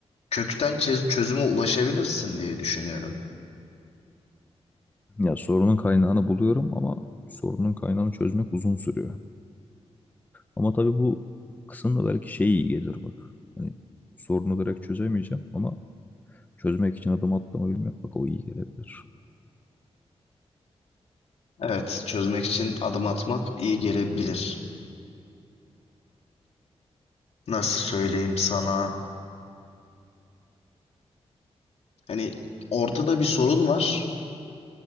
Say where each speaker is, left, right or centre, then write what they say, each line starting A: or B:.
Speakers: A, on the left (about 70°); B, on the left (about 15°).
A: kökten çöz- çözüme ulaşabilirsin diye düşünüyorum.
B: Ya sorunun kaynağını buluyorum ama sorunun kaynağını çözmek uzun sürüyor. Ama tabii bu kısımda belki şey iyi gelir bak. Hani sorunu direkt çözemeyeceğim ama çözmek için adım atlamayı bilmek bak o iyi gelebilir.
A: Evet, çözmek için adım atmak iyi gelebilir. Nasıl söyleyeyim sana? Hani ortada bir sorun var.